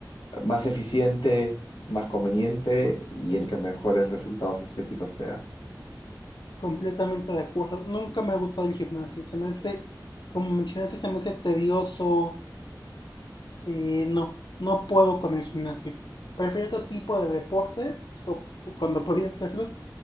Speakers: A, on the left; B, on the left.
A: más eficiente, más conveniente y el que mejores resultados estéticos te da.
B: Completamente de acuerdo. Nunca me ha gustado el gimnasio. Se me hace, como mencionaste, se me hace tedioso, Eh, no, no puedo con el gimnasio. Prefiero otro tipo de deportes, o o cuando <laughs> podía hacerlos.